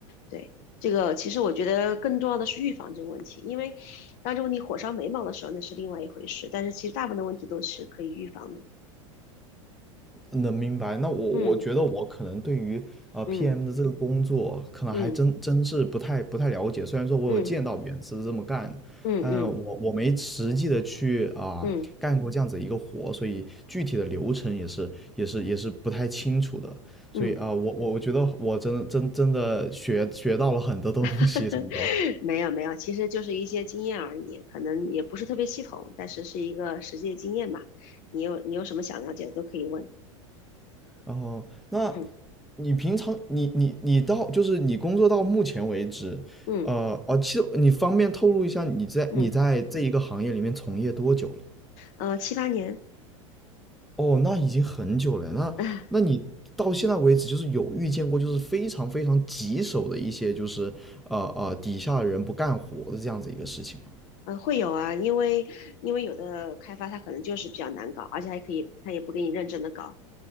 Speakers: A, on the left; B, in the centre.
A: 对，这个其实我觉得更重要的是预防这个问题，因为当这个问题火烧眉毛的时候，那是另外一回事。但是其实大部分的问题都是可以预防的。
B: 能明白。那我我觉得我可能对于呃
A: 嗯嗯
B: PM 的这个工作，可能还真真是不太不太了解。
A: 嗯
B: 虽然说我有见到别人是这么干，
A: 嗯嗯嗯
B: 但我我没实际的去啊、
A: 嗯嗯。嗯嗯嗯
B: 干过这样子一个活，所以具体的流程也是也是也是不太清楚的。所以啊、
A: 嗯
B: 我我我觉得我真的真真的学学到了很多东西从中。
A: <laughs> 没有没有，其实就是一些经验而已，可能也不是特别系统，但是是一个实际的经验吧。你有你有什么想了解的都可以问。
B: 哦，那
A: 嗯
B: 你平常你你你到就是你工作到目前为止，
A: 嗯
B: 呃，哦，其实你方便透露一下你在你在这一个行业里面从业多久了吗
A: 嗯，呃，七八年，
B: 哦，那已经很久了。那那你到现在为止，
A: <laughs> 啊
B: 就是有遇见过就是非常非常棘手的一些就是呃呃底下的人不干活的这样子一个事情吗？
A: 呃，会有啊，因为因为有的开发它可能就是比较难搞，而且还可以，它也不给你认真的搞，